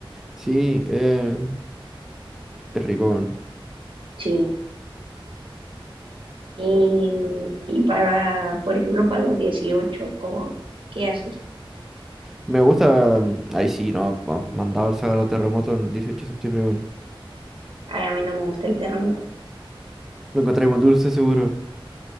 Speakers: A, in the centre; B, on the right.
A: Sí, eh, es rico, weón.
B: sí. Y, mm, y para, por ejemplo, para los 18 como, ¿qué haces?
A: Me gusta. mm, Ay, sí, no, ma- mandado el sagrado terremoto el 18 de septiembre, weón.
B: Ay, a mí no me gusta el terremoto.
A: Lo encontré muy dulce, seguro.